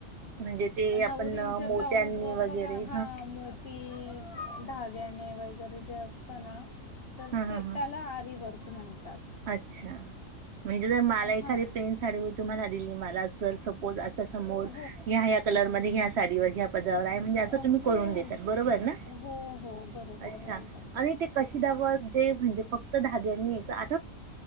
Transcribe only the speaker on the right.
म्हणजे ते आपण
मोत्यांनी
वगैरे
हा
हा हा
अच्छा. म्हणजे जर मला एखादी
प्लेन साडी मी तुम्हाला दिली मला <unintelligible> सर सपोज अ तिच्या समोर
ह्या ह्या कलर मध्ये ह्या साडीवर ह्या पदरावर आहे म्हणजे असं
तुम्ही करून देतात, बरोबर ना
अच्छा
आणि ते कशीदावर ते म्हणजे फक्त धाग्यांनी यायचं, आत